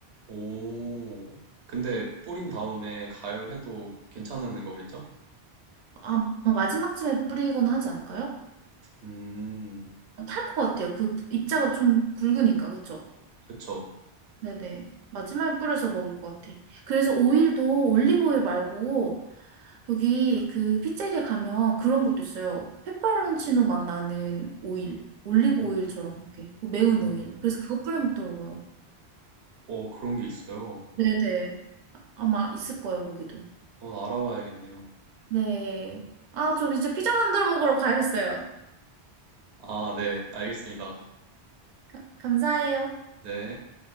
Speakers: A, on the right; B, on the right.
A: 오. 근데 뿌린 다음에 가열해도 괜찮은 거겠죠?
B: 아마 마지막쯤에 뿌리거나 하지 않을까요?
A: 음,
B: 탈 것 같아요. 그 입자가 좀 굵으니까, 그쵸?
A: 그쵸.
B: 네네. 마지막에 뿌려서 먹을 것 같아. 그래서 오일도 올리브 오일 말고, 여기 그 피자리에 가면 그런 것도 있어요. 페퍼론치노 맛 나는 오일. 올리브
A: 오,
B: 오일처럼 그렇게. 매운
A: 오,
B: 오일. 그래서 그거 뿌려 먹더라고요.
A: 오, 그런 게 있어요.
B: 네네. 아마 있을 거예요, 거기도.
A: 한번 알아봐야겠네요.
B: 네. 아, 저 이제 피자 만들어 먹으러 가야겠어요.
A: 아, 네, 알겠습니다.
B: 가- 감사해요.
A: 네.